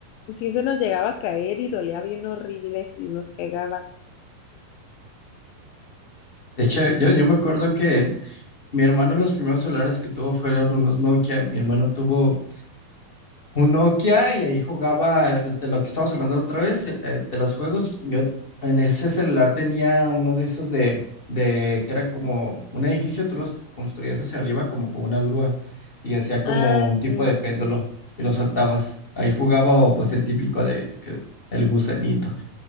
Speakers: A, on the left; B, on the left.
A: sí se nos llegaba a caer y dolía bien horrible si nos pegaba.
B: De hecho, yo, yo me acuerdo que mi hermano los primeros celulares que tuvo fueron unos Nokia. Mi hermano tuvo un Nokia y ahí jugaba el- de lo que estábamos hablando la otra vez, eh, de los juegos. Yo en ese celular tenía uno de esos de, de que eran como un edificio, tú los construías hacia arriba como con una grúa y hacía como
A: Ah,
B: un
A: sí,
B: tipo de péndulo y lo soltabas. Ahí jugaba o, pues el típico de que- el gusanito.